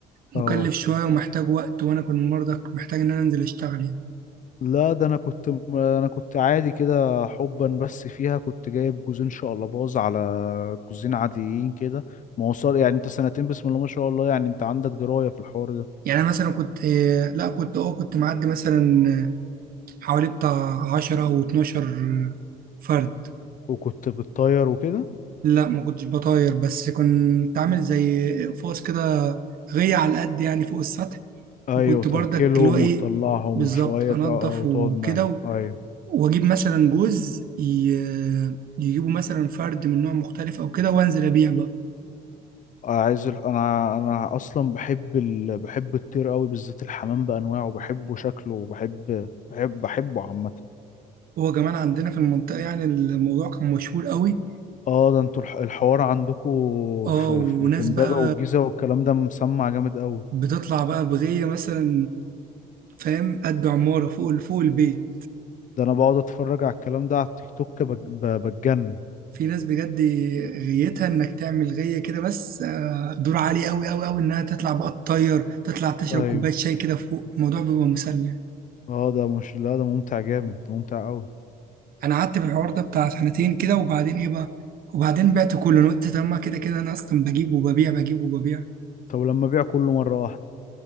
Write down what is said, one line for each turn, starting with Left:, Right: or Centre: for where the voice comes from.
Right: مكلف
Left: اه
Right: شويه ومحتاج وقت وانا كنت برضه محتاج ان انا انزل اشتغل يعني
Left: لا ده انا كنت انا كنت عادي كده حبا بس فيها كنت جايب جوزين شقلباز على جوزين عاديين كده ما وصل يعني انت سنتين بسم الله ما شاء الله يعني انت عندك دراية في الحوار ده
Right: يعني أنا مثلا كنت لا كنت اه كنت معدي مثلا حوالي بتاع 10 أو 12 فرد
Left: وكنت بتطير وكده
Right: لا ما كنتش بطاير بس كنت عامل زي إقفاص كده غية على قد يعني فوق السطح
Left: ايوه
Right: وكنت
Left: تأكلهم
Right: برضك اللي هو إيه
Left: وتطلعهم
Right: بالظبط
Left: شوية
Right: أنضف
Left: اه آه، وتقعد
Right: وكده
Left: معاهم
Right: و-
Left: ايوه
Right: وأجيب مثلا جوز ي- يجيبوا مثلا فرد من نوع مختلف أو كده وأنزل أبيع بقى
Left: عايز ال... انا انا اصلا بحب ال... بحب الطير قوي بالذات الحمام بانواعه بحبه شكله وبحب بحب بحبه عامه
Right: هو كمان عندنا في المنطقة يعني الموضوع كان مشهور قوي
Left: اه ده انتوا الح... الحوار عندكم
Right: اه
Left: في
Right: وناس
Left: في, في امبابه
Right: بقى
Left: والجيزه والكلام ده مسمع جامد قوي
Right: بتطلع بقى بغية مثلا فاهم قد عمارة فوق فوق البيت
Left: ده انا بقعد اتفرج على الكلام ده على التيك توك بج... ب... بتجنن
Right: في ناس بجد غيتها انك تعمل غية كده بس آه، دور عالي قوي قوي قوي انها تطلع بقى تطير تطلع تشرب
Left: ايوه
Right: كوباية شاي كده فوق الموضوع بيبقى مسلي
Left: اه ده مش لا ده ممتع جامد ده ممتع قوي
Right: انا قعدت في الحوار ده بتاع سنتين كده وبعدين ايه بقى وبعدين بعت كله انا قلت طب ما كده كده انا اصلا بجيب وببيع بجيب وببيع
Left: طب لما ابيع كله مره واحده